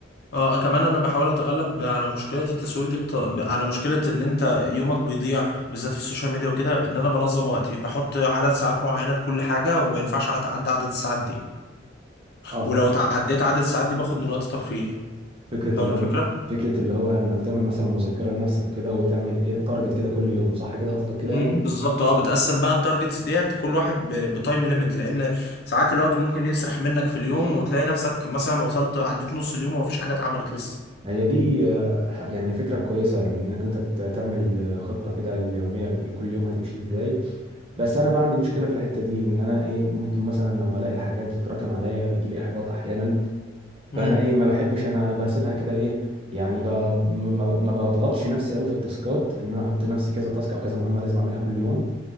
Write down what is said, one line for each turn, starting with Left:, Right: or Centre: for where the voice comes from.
Left: اه آه. كمان انا بحاول اتغلب على مشكله التسويف دي بط... على مشكله ان انت يومك بيضيع بالذات في السوشيال ميديا وكده بان انا بنظم وقتي بحط عدد ساعات معينه لكل حاجه وما ينفعش اتعدى عدد الساعات دي
Right: اه
Left: ولو تعديت عدد الساعات دي باخد من وقت ترفيهي
Right: فكره
Left: فاهم
Right: اللي
Left: الفكره
Right: هو فكره اللي هو انك تعمل مثلا مذكره لنفسك كده وتعمل ايه تارجت كده كل يوم صح كده قصدك كده
Left: امم
Right: يعني
Left: بالظبط اه بتقسم بقى التارجتس ديت كل واحد ب- بتايم ليميت لان ساعات الوقت ممكن يسرح منك في اليوم وتلاقي نفسك مثلا وصلت عديت نص اليوم ومفيش حاجه اتعملت لسه
Right: هي دي آه، ح- يعني فكرة كويسة انك انت ت- تعمل آه، خطة كده اليومية لكل يوم هتمشي ازاي بس انا بقى عندي مشكلة في الحتة دي ان انا ايه ممكن مثلا لما الاقي الحاجات بتتراكم عليا بيجي لي احباط احيانا
Left: امم
Right: فانا ايه ما بحبش انا انا بسيبها كده ايه يعني ب- ما ما- ما بضغطش نفسي قوي في التاسكات ان انا احط لنفسي كذا تاسك او كذا مهمة لازم اعملها كل يوم